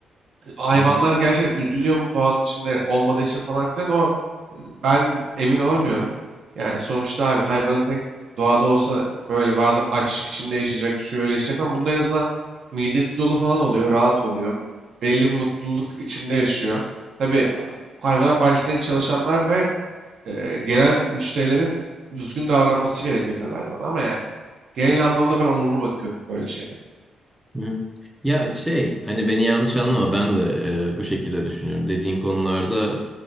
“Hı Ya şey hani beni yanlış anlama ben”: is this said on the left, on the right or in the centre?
Centre